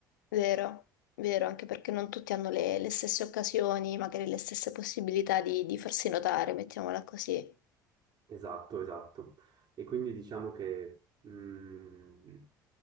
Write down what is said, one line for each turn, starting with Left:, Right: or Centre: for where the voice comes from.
Left: vero, vero, anche perché non tutti hanno le, le stesse occasioni, magari le stesse possibilità di, di farsi notare, mettiamola così.
Right: Esatto, esatto. E quindi diciamo che mh,